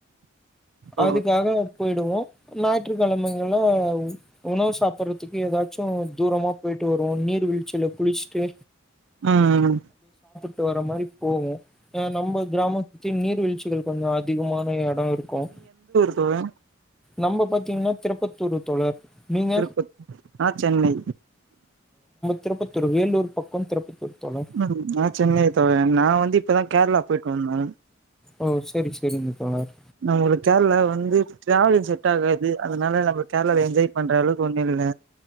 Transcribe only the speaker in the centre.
அதுக்காக போயிடுவோம் ஞாயிற்றுக்கிழமங்கல உணவு சாப்பிடுறதுக்கு ஏதாச்சும் தூரமா போயிட்டு வருவோம் நீர் வீழ்ச்சியில குளிச்சுட்டு
இது வர மாரி போகும் ஆஹ நம்ம கிராம தி நீர்வீழ்ச்சிகள் கொஞ்சம் அதிகமான இடம் இருக்கும்
நம்ம பாத்தீங்கன்னா திருப்பத்தூர் தோழர் நீங்க
திருபத்தூர் வேலூர் பக்கம் திருப்பத்தூர் தோழர்
ஓ சரி சரிங்க தோழர்